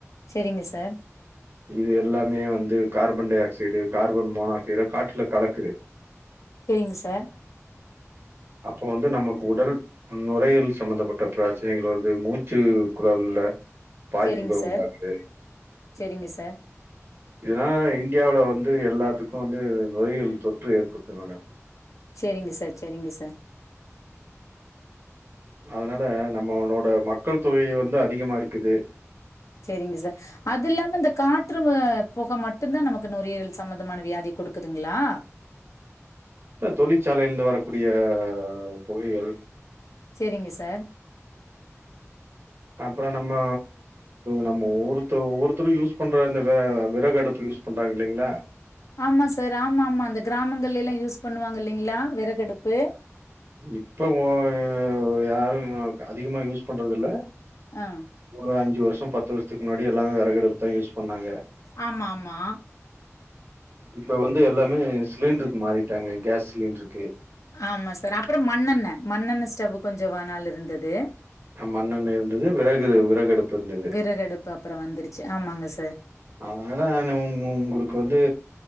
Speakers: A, on the left; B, on the right.
A: செரிங்க சார்
B: இது எல்லாமே வந்து carbon dioxide carbon monoxide காற்றுல கலக்குது
A: செரிங்க சார்
B: அப்போ வந்து நமக்கு உடல் நுரையீரல் சம்பந்தப்பட்ட பிரச்சனைகள் வருது மூச் ச்சு குழல்ல பாதிப்புகள்
A: சரிங்க சார்,
B: உண்டாக்குது
A: சரிங்க சார்,
B: இதனால இண்டியாவுல வந்து எல்லாத்துக்கு வந்து நுரையீரல் தொற்று ஏற்படுது மேடம்
A: செரிங்க சார் செரிங்க சார்
B: அதுனால நம்மளோட மக்கள் தொகை வந்து அதிகமா இருக்குது
A: செரிங்க சார் அதுல்லாம இந்த காற்று ம புக மட்டுந்தா நமக்கு நுரையீரல் சம்மந்தமான வியாதி குடுக்குதுங்களா
B: இப்ப தொழிற்சாலையிலிருந்து வரக்கூடிய புகைகள்
A: செரிங்க சார்
B: அப்பறோ நம்ம நம்ம ஒவ்வொருத்த ஒவ்வொருத்தரும் யூஸ் பண்ற அந்த வெ விறகு அடுப்பு யூஸ் பண்றாங்க இல்லைங்ளா
A: ஆமா சார் ஆமா ஆமா இந்த கிராமங்கலெல்லா யூஸ் பண்ணுவாங்க இல்லைங்களா வெறகடுப்பு
B: இப்ப ஓ யா யாரு அதிகமா யூஸ் பண்றது இல்ல
A: ஆ.
B: ஒ அஞ்சு வர்ஷோ பத்து வருஷத்துக்கு முன்னாடி எல்லாமே வெறகடுப்பு தா யூஸ் பண்ணாங்க
A: ஆமா ஆமா
B: இப்ப வந்து எல்லாமே சிலிண்ட்ருக்கு மாறிட்டாங்க கேஸ் சிலிண்ட்ருக்கு
A: ஆமா சார் அப்பறோ மண்ணெண்ண மண்ணெண்ண ஸ்டவ் கொஞ்ச வ நாள் இருந்தது
B: மண்ணெண்ண இருந்தது, விறகு விறகடுப்பு இருந்தது.
A: விறகு அடுப்பு அப்பறோ வந்துருச்சு ஆமாங்க சார்
B: அதுனால நா உ உங்களுக்கு வந்து